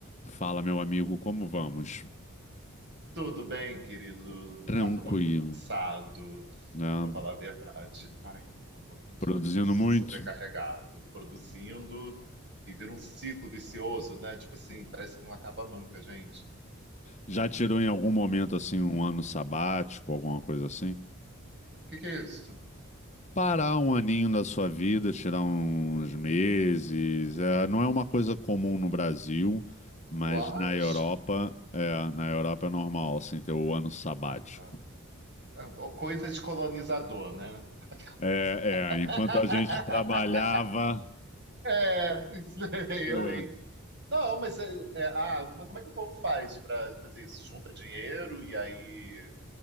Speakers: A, on the left; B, on the right.
A: Fala, meu amigo, como vamos?
B: Tudo bem, querido?
A: Tranquilo,
B: Cara, tô um pouquinho cansado,
A: né?
B: pra falar a verdade. Ai, tô um pouquinho do-
A: Produzindo
B: sobrecarregado,
A: muito.
B: produzindo e vira um ciclo vicioso, né? Tipo assim, parece que não acaba nunca, gente. O
A: Já tirou em algum momento assim um ano sabático, alguma coisa assim?
B: que que é isso?
A: Parar um aninho da sua vida, tirar uns meses, é, não é uma coisa comum no Brasil, mas
B: What?
A: na Europa, é, na Europa é normal assim ter o ano sabático.
B: Ah, ah, Coisa de colonizador, né?
A: É,
B: <laughs>
A: é, enquanto a gente trabalhava,
B: É, isso aí,
A: é,
B: eu, hein? Não, mas, é, é, ah, mas como é que o povo faz pra fazer isso? Junta dinheiro e aí.